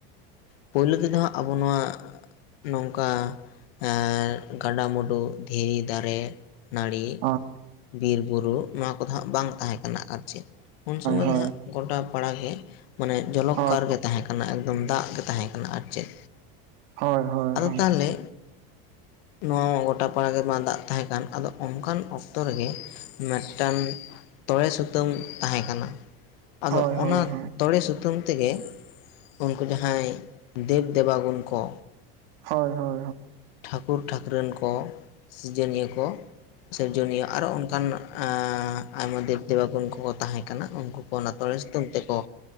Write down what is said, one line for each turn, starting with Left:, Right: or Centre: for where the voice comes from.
Left: ᱯᱩᱭᱞᱳ ᱛᱮᱫᱚ ᱦᱟᱸᱜ ᱟᱵᱚ ᱱᱚᱣᱟ, ᱱᱚᱝᱠᱟ, ᱟᱻᱨ ᱜᱟᱰᱟᱼᱢᱩᱰᱩ, ᱫᱷᱤᱨᱤ ᱫᱟᱨᱮ, ᱱᱟᱹᱲᱤ,
Right: ᱦᱳᱭ
Left: ᱵᱤᱨ ᱵᱩᱨᱩ ᱱᱚᱣᱟ ᱠᱚᱫᱚ ᱦᱟᱸᱜ ᱵᱟᱝ ᱛᱟᱦᱮᱸ ᱠᱟᱱᱟ ᱟᱨ ᱪᱮᱫ᱾ ᱩᱱ ᱥᱚᱢᱚᱭ
Right: ᱦᱳᱭ
Left: ᱫᱚ ᱦᱟᱸᱜ, ᱜᱚᱴᱟ ᱯᱟᱲᱟ ᱜᱮ, ᱢᱟᱱᱮ ᱡᱚᱞᱚ
Right: ᱦᱳᱭ
Left: ᱠᱟᱨ ᱜᱮ ᱛᱟᱦᱮᱸ ᱠᱟᱱᱟ ᱮᱠᱫᱚᱢ ᱫᱟᱜ ᱜᱮ ᱛᱟᱦᱮᱸ ᱠᱟᱱᱟ ᱟᱨ ᱪᱮᱫ᱾
Right: ᱦᱚᱭ ᱦᱚᱭ
Left: ᱟᱫᱚ
Right: ᱦᱚᱭ᱾
Left: ᱛᱟᱦᱚᱞᱮ ᱱᱚᱣᱟ ᱢᱟ ᱜᱚᱴᱟ ᱯᱟᱲᱟ ᱜᱮᱢᱟ ᱫᱟᱜ ᱛᱟᱦᱮᱸ ᱠᱟᱱ ᱟᱫᱚ ᱚᱱᱠᱟᱱ ᱚᱠᱛᱚ ᱨᱮᱜᱮ ᱢᱮᱫ ᱴᱟᱝ ᱛᱚᱲᱮ ᱥᱩᱛᱟᱹᱢ, ᱛᱟᱦᱮᱸ ᱠᱟᱱᱟ᱾ ᱟᱫᱚ
Right: ᱦᱳᱭ
Left: ᱚᱱᱟ
Right: ᱦᱳᱭ ᱦᱳᱭ ᱦᱳᱭ
Left: ᱛᱚᱲᱮ ᱥᱩᱛᱟᱹᱢ ᱛᱮᱜᱮ, ᱩᱱᱠᱩ ᱡᱟᱦᱟᱸᱭ, ᱫᱮᱵᱽ ᱫᱮᱵᱟᱜᱩᱱ ᱠᱚ᱾
Right: ᱦᱚᱭ ᱦᱚᱭ᱾
Left: ᱴᱷᱟᱹᱠᱩᱨ ᱴᱷᱟᱹᱠᱨᱟᱹᱱ ᱠᱚ, ᱥᱤᱡᱟᱹᱱᱤᱭᱟᱹ ᱠᱚ, ᱥᱤᱨᱡᱚᱱᱤᱭᱟᱹ ᱟᱨᱚ ᱚᱱᱠᱟᱱ ᱟᱸᱻ ᱟᱭᱢᱟ ᱫᱮᱵᱽ ᱫᱮᱵᱟᱜᱩᱱ ᱠᱚᱠᱚ ᱛᱟᱦᱮᱸ ᱠᱟᱱᱟ ᱱᱩᱠᱩ᱾ ᱚᱱᱟ ᱛᱚᱲᱮ ᱥᱩᱛᱟᱹᱢ ᱛᱮᱠᱚ